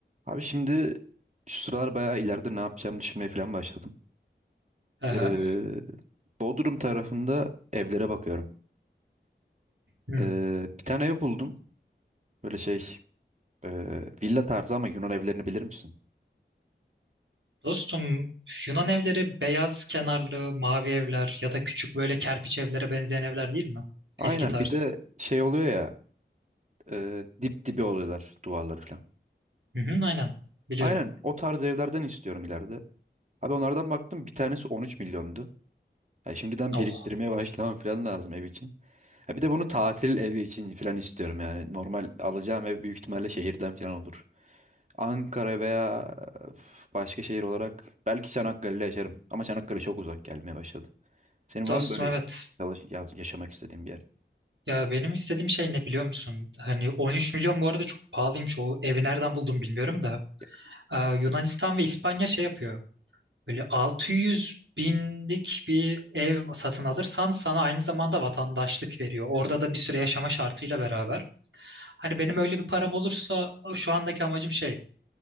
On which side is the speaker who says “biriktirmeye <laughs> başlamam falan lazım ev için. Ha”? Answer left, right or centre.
Right